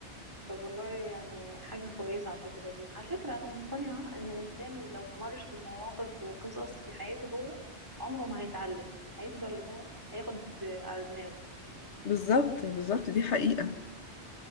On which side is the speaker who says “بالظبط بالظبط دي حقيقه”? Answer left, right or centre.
Left